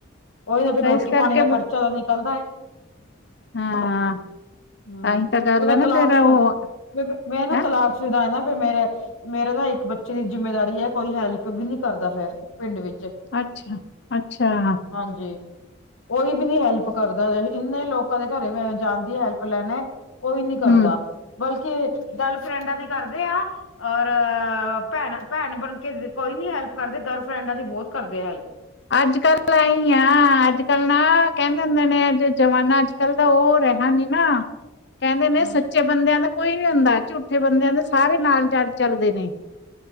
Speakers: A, on the left; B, on the left.
A: ਉਹੀ ਨਾ ਫਿਰ
B: ਤਾਂ
A: ਰੋਟੀ
B: ਏਸ ਕਰਕੇ
A: ਪਾਣੀ ਦਾ ਖਰਚਾ ਤਾਂ ਨਿਕਲਦਾ ਹੈ
B: ਹਾਂ
A: ਹੂੰ
B: ਆਹੀ ਤਾਂ ਗੱਲ
A: ਮੈਂ
B: ਆ ਨਾ
A: ਤਲਾਕ
B: ਫੇਰ ਉਹ
A: ਫਿਰ ਮੈਂ ਨਾ
B: ਹੈਂ
A: ਤਲਾਕਸ਼ੁਦਾ ਦਾ ਨਾ ਫਿਰ ਮੇਰਾ ਮੇਰੇ ਨਾਂ ਇਕ ਬੱਚੇ ਦੀ ਜਿੰਮੇਦਾਰੀ ਹੈ। ਕੋਈ ਹੈਲਪ ਵੀ ਨੀ ਕਰਦਾ ਫੇਰ ਪਿੰਡ ਵਿਚ।
B: ਅੱਛਾ-ਅੱਛਾ।
A: ਹਾਂਜੀ, ਕੋਈ ਵੀ ਨੀ ਹੈਲਪ ਕਰਦਾ ਇੰਨੇ ਲੋਕਾਂ ਦੇ ਘਰੇ ਮੈਂ ਜਾਂਦੀ ਹੈਲਪ ਕਲੈਣੈ ਕੋਈ ਨੀ ਕਰਦਾ
B: ਹੂੰ
A: ਬਲਕਿ ਗਰਲਫਰੈਂਡਾਂ ਦੀ ਕਰਦੇ ਆ। ਔਰ ਭੈਣਾ- ਭੈਣ ਬਣਕੇ ਕੋਈ ਨੀ ਹੈਲਪ ਕਰਦੇ ਗਰਲਫਰੈਂਡਾਂ ਦੀ ਬੌਤ ਕਰਦੇ ਹੈਲਪ।
B: ਅੱਜ-ਕੱਲ ਐਈ ਆ, ਅੱਜ-ਕੱਲ ਨਾ ਕੈੰਦੇ ਹੁੰਦੇ ਨੇ ਜੇ ਜਮਾਨਾ ਜ ਕੱਲ ਤਾਂ ਉਹ ਰਿਹਾ ਨੀ ਨਾ ਕਹਿੰਦੇ
A: ਹੈਲਪ
B: ਨੇ ਸੱਚੇ ਬੰਦਿਆਂ ਦਾ ਕੋਈ ਨੀ ਹੁੰਦਾ, ਝੂਠੇ ਬੰਦਿਆਂ ਦੇ ਸਾਰੇ ਨਾਲ ਚੱਲ ਚੱਲਦੇ ਨੇ।